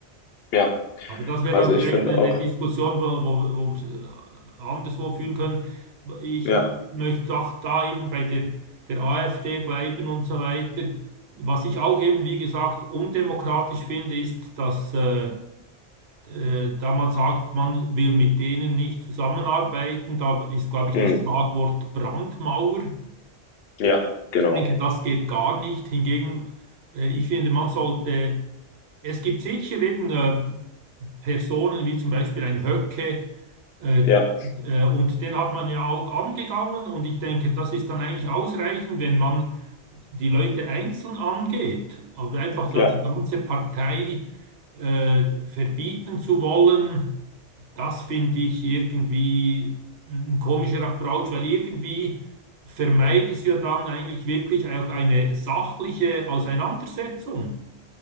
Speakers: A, on the left; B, on the right.
A: ja.
B: Aber das wäre
A: Also
B: dann
A: ich
B: vielleicht
A: finde
B: eine
A: auch,
B: Diskussion, wo, wo, wo wir äh, anderswo führen können. Ich
A: ja,
B: möchte auch da eben bei der, der AfD bleiben und so weiter. Was ich auch eben, wie gesagt, undemokratisch finde, ist, dass äh, äh, da man sagt, man will mit denen nicht zusammenarbeiten, da ist, glaube ich,
A: Mhm.
B: das Schlagwort Brandmauer.
A: ja, genau.
B: Ich denke, das geht gar nicht. Hingegen, äh, ich finde, man sollte, es gibt sicher eben äh, Personen wie zum Beispiel ein Höcke, äh,
A: Ja,
B: äh, und den hat man ja auch angegangen und ich denke, das ist dann eigentlich ausreichend, wenn man die Leute einzeln angeht, aber einfach da
A: ja,
B: die ganze Partei äh, verbieten zu wollen, das finde ich irgendwie ein komischer Approach, weil irgendwie vermeidet es ja dann eigentlich wirklich auch eine sachliche Auseinandersetzung.